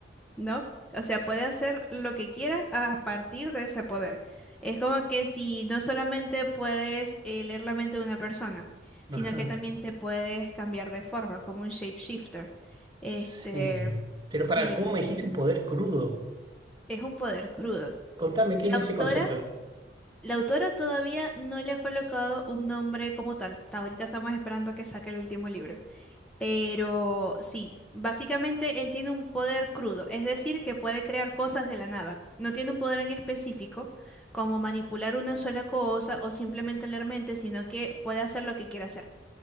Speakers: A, in the centre; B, on the right (about 25°).
A: ¿no? O sea, puede hacer lo que quiera a partir de ese poder. Es como que si no solamente puedes eh, leer la mente de una persona, sino
B: <laughs> Ajá.
A: que también te puedes cambiar de forma, como un shapeshifter. Este,
B: Sí. Pero
A: sí,
B: para, ¿cómo me dijiste un poder crudo?
A: es un poder crudo.
B: Contame, ¿qué
A: La
B: es ese
A: autora,
B: concepto?
A: la autora todavía no le ha colocado un nombre como tal. Hasta Ahorita estamos esperando a que saque el último libro. Pero sí, básicamente él tiene un poder crudo, es decir, que puede crear cosas de la nada. No tiene un poder en específico, como manipular una sola cosa o simplemente leer mente, sino que puede hacer lo que quiera hacer.